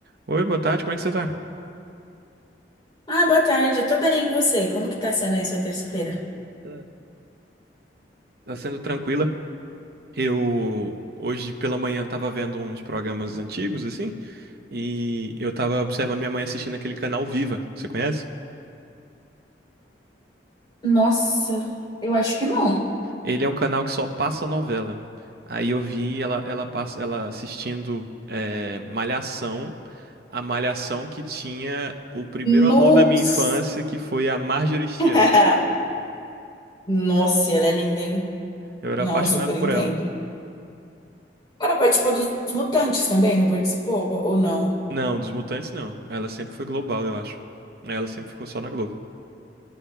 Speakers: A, on the right (about 55°); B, on the left (about 25°).
A: Oi, boa tarde, como é que você tá?
B: Ah, boa tarde, eu tô bem, e você? Como que tá sendo aí sua terça-feira?
A: Ah, Tá sendo tranquila? Eu hoje pela manhã tava vendo uns programas antigos, assim, e eu tava observando minha mãe assistindo aquele canal Viva, você conhece?
B: Nossa, eu acho que não.
A: Ele é um canal que só passa novela. Aí eu vi ela, ela, passa, ela assistindo eh, Malhação, a Malhação que tinha o primeiro
B: Nossa!
A: amor da minha infância, que foi a Marjorie Stiana.
B: <laughs> Nossa, ela é linda, hein?
A: Eu era
B: Não,
A: apaixonado
B: eu super
A: por
B: entendo.
A: ela.
B: Ela participou dos Mutantes também, não participou? Ou não?
A: Não, dos Mutantes não. Ela sempre foi global, eu acho. Ela sempre ficou só na Globo.